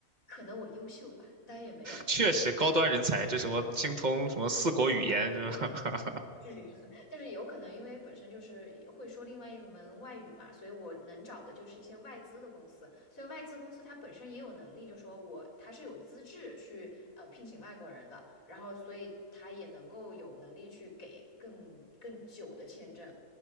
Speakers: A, on the left; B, on the right.
A: 可能我优秀吧，当然也没有，
B: 确实高端人才，这什么精通什么四国语言，是吧？<laughs>
A: 不至于。<laughs> 但是有可能，因为本身就是会说另外一门外语嘛，所以我能找的就是一些外资的公司。所以外资公司它本身也有能力，就说我它是有资质去呃聘请外国人的，然后所以它也能够有能力去给更更久的签证。